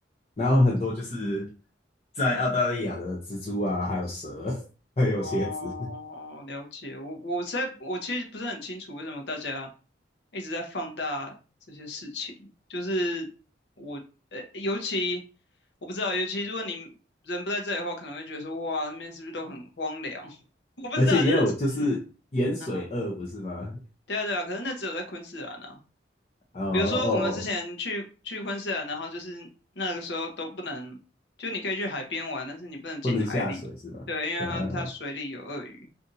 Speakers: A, on the left; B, on the left.
A: 然后很多就是在澳大利亚的蜘蛛啊，还有蛇，<laughs> 还有蝎子，
B: 哦，了解。我我实在我其实不是很清楚为什么大家一直在放大这些事情，就是我呃，尤其我不知道，尤其如果你人不在这里的话，可能会觉得说哇，那边是不是都很荒凉？<laughs> 我不知道，
A: 而且也有就是盐水鳄，
B: 就是啊哈，
A: 不是吗？
B: 对啊对啊，可是那只有在昆士兰啊。
A: 哦哦哦，
B: 比如说我们之前去去昆士兰，然后就是那个时候都不能，就你可以去海边玩，但是你不能进海里，
A: 不能下水是吗？
B: 对，因为它它水里有鳄鱼。
A: 嗯嗯嗯，